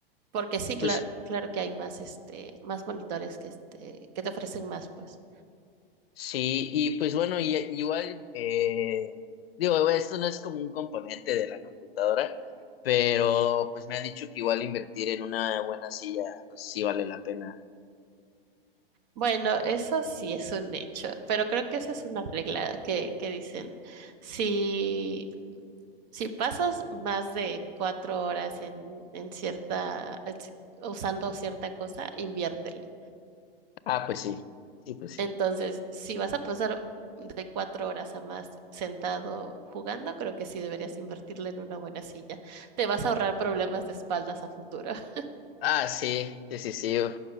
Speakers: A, on the right; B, on the left.
A: Porque sí, claro,
B: Pues
A: claro que hay más, este, más monitores que, este, que te ofrecen más, pues.
B: sí, y pues bueno, y, e, igual, eh, digo, esto no es como un componente de la computadora, pero pues me han dicho que igual invertir en una buena silla, pues sí vale la pena.
A: Bueno, eso sí es un hecho, pero creo que esa es una regla que, que dicen. Si, si pasas más de cuatro horas en, en cierta, en ci- usando cierta cosa, invierte
B: Ah, pues sí, sí, pues sí.
A: Entonces, si vas a pasar de cuatro horas a más sentado jugando, creo que sí deberías invertirle en una buena silla. Te vas a ahorrar problemas de espaldas a futuro. <laughs>
B: Ah, sí, sí, sí, sí, uf,